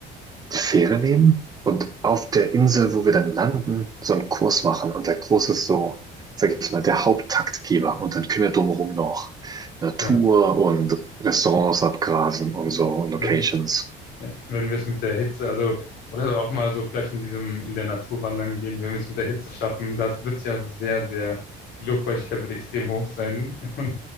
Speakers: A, on the right; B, on the left.
A: die Fähre nehmen und auf der Insel, wo wir dann landen, so einen Kurs machen. Und der Kurs ist so, sag ich mal, der Haupttaktgeber. Und dann können wir drumherum noch Natur
B: ja,
A: und Restaurants abgrasen und
B: ja.
A: so und Locations.
B: Wenn, ja. Wenn wir es mit der Hitze, also, oder auch mal so vielleicht in diesem, in der Natur wandern gehen, wenn wir es mit der Hitze schaffen, das wird ja sehr, sehr, die Luftfeuchtigkeit wird extrem hoch sein. <laughs> Und